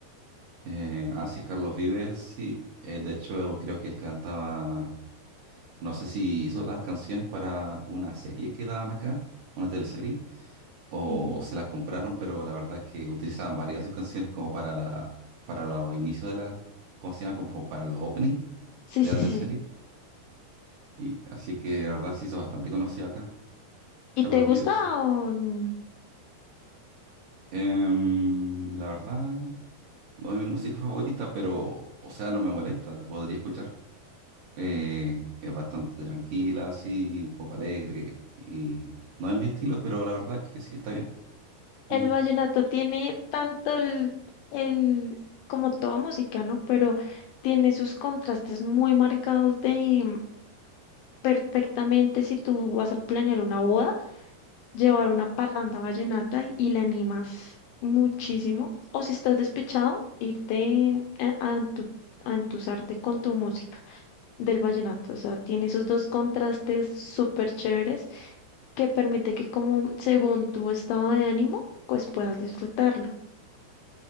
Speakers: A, on the right (about 70°); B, on the left (about 85°).
A: Eh, ah, sí, Carlos Vives, sí. Eh, de hecho, creo que él cantaba No sé si hizo las canciones para una serie que daban acá, una teleserie, o
B: Sí.
A: se las compraron, pero la verdad es que utilizaban varias de sus canciones como para la, para los inicios de la, ¿cómo se llama? Como para los opening
B: Sí,
A: de
B: sí,
A: la
B: sí,
A: teleserie.
B: sí.
A: Y así que la verdad se hizo bastante conocido acá, Carlos
B: ¿Y te gusta
A: Vives.
B: o n-
A: Em, la verdad, no es mi música favorita, pero, o sea, no me molesta, la podría escuchar. Eh, es bastante tranquila, así, un poco alegre, y no es mi estilo, pero la verdad es que sí está bien.
B: El
A: Mm,
B: vallenato tiene tanto el, el- como toda música, ¿no? Pero tiene sus contrastes muy marcados de mm, perfectamente si tú vas a planear una boda. llevar una parranda vallenata y, y la animas muchísimo. O si estás despechado, irte a, a entu- a entusarte con tu música del vallenato. O sea, tiene esos dos contrastes súper chéveres que permite que como según tu estado de ánimo, pues puedas disfrutarlo.